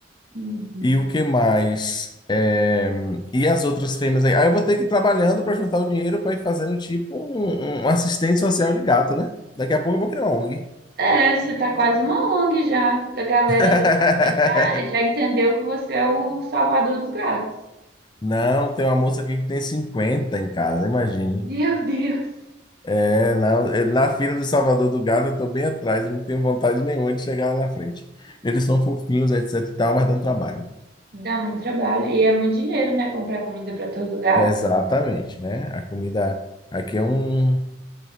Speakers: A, on the right (about 55°); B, on the left (about 25°).
A: uhum.
B: E o que mais? É, E as outras fêmeas aí? Aí eu vou ter que ir trabalhando para juntar o dinheiro para ir fazendo tipo um, um um assistente social de gato, né? Daqui a pouco eu vou criar uma ONG.
A: É, você tá quase uma ONG já. A galera
B: <laughs>
A: da cidade já, já entendeu que você é o salvador dos gatos.
B: Não, tem uma moça aqui que tem 50 em casa, imagine.
A: Meu Deus,
B: É, não, é, na fila do Salvador do Gado eu tô bem atrás, não tenho vontade nenhuma de chegar lá na frente. Eles são fofinhos, etc e tal, mas dão trabalho.
A: dá muito trabalho. E é muito dinheiro, né? Comprar comida para todo gato.
B: Exatamente, né? A comida aqui é um.